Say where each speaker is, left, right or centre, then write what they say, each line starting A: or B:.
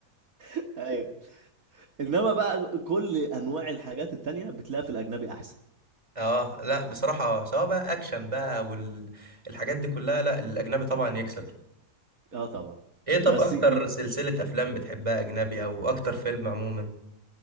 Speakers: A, on the right; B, on the right.
A: <laughs> ايوه انما بقى كل انواع الحاجات التانية بتلاقيها في الاجنبي احسن
B: اه لا بصراحه سواء بقى اكشن بقى والحاجات دي كلها لا الاجنبي طبعا يكسب
A: اه طبعا
B: ايه طب
A: بس
B: اكتر
A: ي...
B: سلسله افلام بتحبها اجنبي او اكتر فيلم عموما